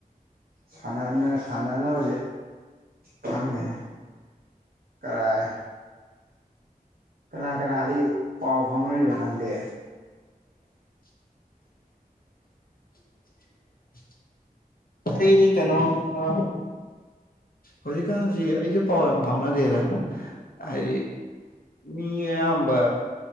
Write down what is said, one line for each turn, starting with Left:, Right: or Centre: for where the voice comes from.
Right: ꯁꯥꯟꯅ ꯁꯥꯟꯅꯅꯕꯥꯖꯦ ꯈꯪꯗꯦꯅꯦ ꯀꯔꯥꯏ ꯀꯅꯥ ꯀꯅꯥꯗꯤ ꯄꯥꯎ ꯐꯥꯎꯅꯔꯤꯕ ꯅꯪꯗꯤ
Left: <inaudible> ꯑꯩꯗꯤ ꯀꯩꯅꯣ ꯑ ꯍꯧꯖꯤꯛꯀꯥꯟꯁꯤ ꯑꯩꯁꯨ ꯄꯥꯎ ꯌꯥꯝ ꯐꯥꯎꯅꯗꯦꯗ ꯍꯥꯏꯗꯤ ꯃꯤ ꯑꯌꯥꯝꯕ